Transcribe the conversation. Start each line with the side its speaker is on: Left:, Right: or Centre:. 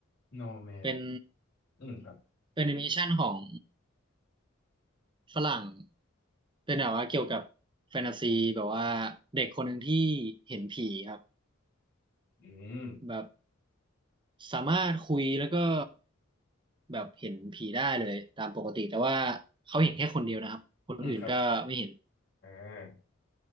Left: No Man
Right: เป็น
Left: อืมครับ
Right: เป็นแอนิเมชันของฝรั่ง เป็นแบบว่าเกี่ยวกับแฟนตาซีแบบว่าเด็กคนหนึ่งที่เห็นผีครับ
Left: อืม
Right: แบบ สามารถคุยแล้วก็แบบเห็นผีได้เลยตามปกติแต่ว่าเขาเห็นแค่คนเดียวนะครับคนอื่นก็ไม่เห็น
Left: อืมครับอ่า